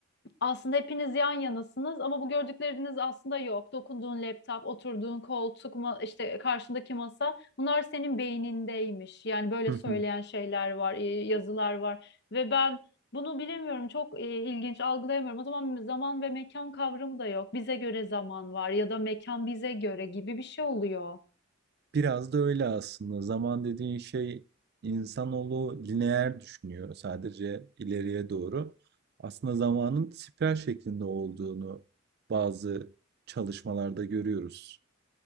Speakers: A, on the left; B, on the right.
A: Aslında hepiniz yan yanasınız ama bu gördükleriniz aslında yok. Dokunduğun laptop, oturduğun koltuk, ma- işte karşındaki masa bunlar senin beynindeymiş. Yani böyle
B: Hı
A: söyleyen
B: hı.
A: şeyler var, e, yazılar var ve ben bunu bilemiyorum. Çok e, ilginç algılayamıyorum. O zaman zaman ve mekan kavramı da yok. Bize göre zaman var ya da mekan bize göre gibi bir şey oluyor.
B: Biraz da öyle aslında. Zaman dediğin şey insanoğlu lineer düşünüyor sadece ileriye doğru. Aslında zamanın spiral şeklinde olduğunu bazı çalışmalarda görüyoruz.